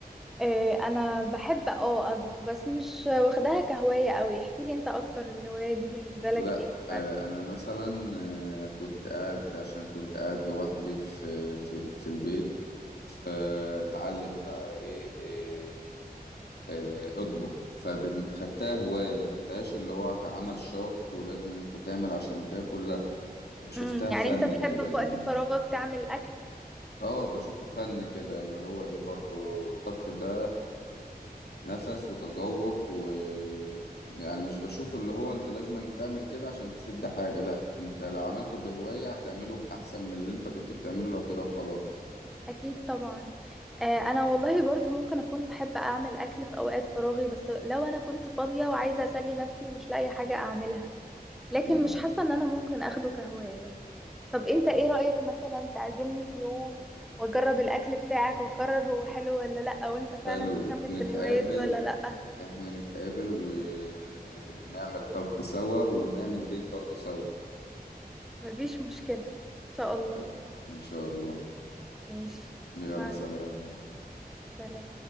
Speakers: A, in the centre; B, on the left (about 85°).
A: إيه، انا بحب اه اطبخ بس مش واخداها كهواية قوي احكي لي انت اكتر الهواية دي بالنسبة لك
B: لا
A: ايه الفرق
B: آه، أنا مثلا آه، كنت قاعد عشان كنت قاعد لوحدي في في في البيت فتعلم بقى ايه إيه، آه، اطبخ فخدتها هواية ما خدتهاش اللي هو كعمل شاق ولازم ان انت تعمل عشان تاكل لا بشوفتها
A: امم يعني
B: فن
A: انت تحب
B: كده
A: في
B: يعني
A: وقت فراغك تعمل اكل
B: اه بشوفه فن كده اللي هو ايه برضو الطبخ ده نفس وتذوق و يعني مش بشوفه اللي هو انت لازم أن تعمل كده عشان تسد حاجة لا انت لو عملته بهواية هتعمله بأحسن من اللي انت كنت بتعمله لو كده وخلاص
A: اكيد طبعا آه، انا والله برضو ممكن اكون بحب اعمل اكل في اوقات فراغي بس لو انا كنت فاضية وعايزة اسلي نفسي ومش لاقي حاجة اعملها لكن
B: امم
A: مش حاسة ان انا ممكن اخده كهواية طب انت ايه رأيك مثلا تعزمني في يوم واجرب الاكل بتاعك واقرر هو حلو ولا لا وانت فعلا
B: حلو
A: تكمل
B: نتقابل
A: في الهواية دي ولا لا
B: احنا نتقابل ونعمل طبخ سوا ونعمل ديت برضو سوا
A: مفيش مشكلة إن شاء الله
B: حلو ان شاء الله
A: ماشي
B: يلا
A: مع
B: سلام
A: السلامة